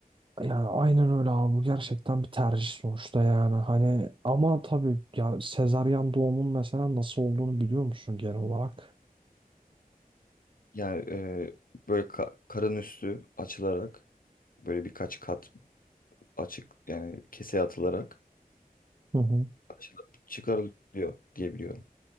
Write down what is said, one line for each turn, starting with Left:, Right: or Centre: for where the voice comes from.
Right: Yani aynen öyle abi bu gerçekten bir tercih sonuçta yani hani ama tabii ya sezaryen doğumun mesela nasıl olduğunu biliyor musun genel olarak?
Left: Yani e, böyle ka- karın üstü açılarak böyle birkaç kat açık yani kese atılarak
Right: Hı hı.
Left: açılıp çıkarılıyor diye biliyorum.